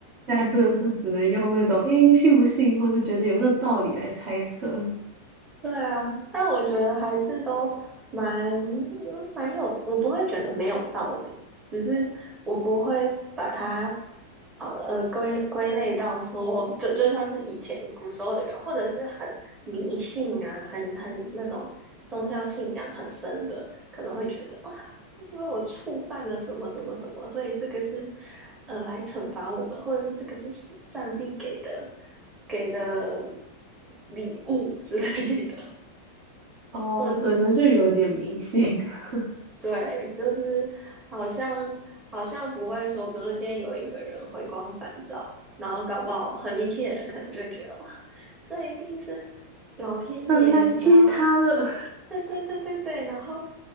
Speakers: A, on the right (about 45°); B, on the right (about 20°).
A: 现在真的是只能用那种“诶，你信不信”或是觉得有没有道理来猜测。
B: 对啊，但我觉得还是都蛮蛮有，我不会觉得没有道理，只是我不会把它呃呃归归类到说，就就像是以前古时候的人，或者是很迷信啊，很很那种宗教信仰很深的，可能会觉得哦，因为我触犯了什么什么什么，所以这个是呃来惩罚我们，或者是这个是上帝给的给的礼物之类的，<laughs>
A: 哦，
B: 或者是
A: 对，那就有点迷信。<laughs>
B: 对，就是好像好像不会说，比如说今天有一个人回光返照，然后搞不好很迷信的人可能就会觉得哇，这一定是老天爷，
A: 神来接他了。
B: 你知道。对对对对对，然后